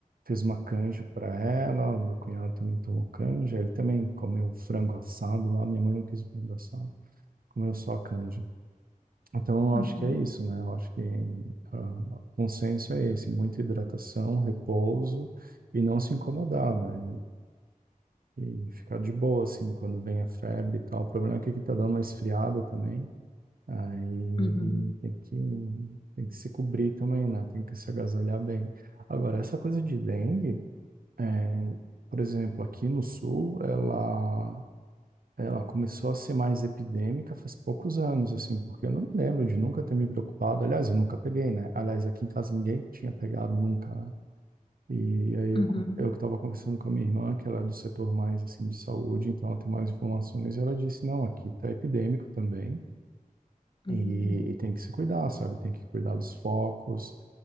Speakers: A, on the right (about 80°); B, on the left (about 35°).
A: fez uma canja para ela, o meu cunhado também tomou canja, ele também comeu um frango assado lá. Minha mãe não quis o frango assado, comeu só a canja. Então, eu
B: uhum,
A: acho que é isso, né? Eu acho que ah, o consenso é esse, muita hidratação, repouso e não se incomodar, né? E, e ficar de boa, assim, quando vem a febre e tal. O problema é que aqui tá dando uma esfriada também, aí
B: uhum,
A: tem que, tem que se cobrir também, né? Tem que se agasalhar bem. Agora, essa coisa de dengue, é, por exemplo, aqui no sul, ela ela começou a ser mais epidêmica faz poucos anos, assim, porque eu não me lembro de nunca ter me preocupado. Aliás, eu nunca peguei, né? Aliás, aqui em casa ninguém tinha pegado nunca, né? E aí eu,
B: uhum,
A: co- eu que estava conversando com a minha irmã, que ela é do setor mais, assim, de saúde, então ela tem mais informações, e ela disse, não, aqui tá epidêmico também, e,
B: uhum,
A: e tem que se cuidar, sabe? Tem que cuidar dos focos.